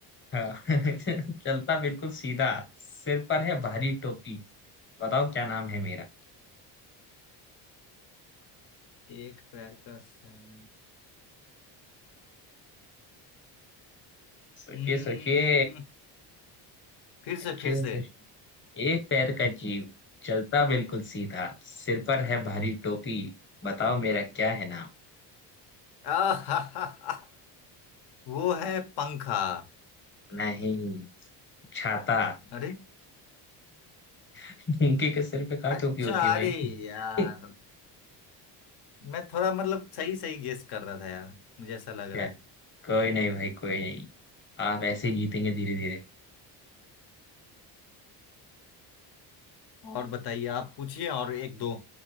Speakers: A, on the left (about 25°); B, on the left (about 65°).
A: हाँ <laughs> चलता बिल्कुल सीधा सिर पर है भारी टोपी बताओ क्या नाम है मेरा
B: एक पैर का सर
A: सोचिए
B: हम्म,
A: सोचिए
B: फिर से
A: अच्छे
B: फिर से
A: से सोचिए एक पैर का जीव चलता बिल्कुल सीधा सिर पर है भारी टोपी बताओ मेरा क्या है नाम
B: आहाहाहा, वो है पंखा
A: नहीं छाता
B: अरे
A: <laughs> उनके के सिर पे का
B: अच्छा
A: टोपी होती है भाई
B: अरे यार
A: <laughs>
B: मैं थोड़ा मतलब सही सही गेस कर रहा था यार मुझे ऐसा लग
A: क्या
B: रहा है
A: कोई नहीं भाई कोई नहीं आप ऐसे ही जीतेंगे धीरे धीरे
B: और बताइए आप पूछिए और एक दो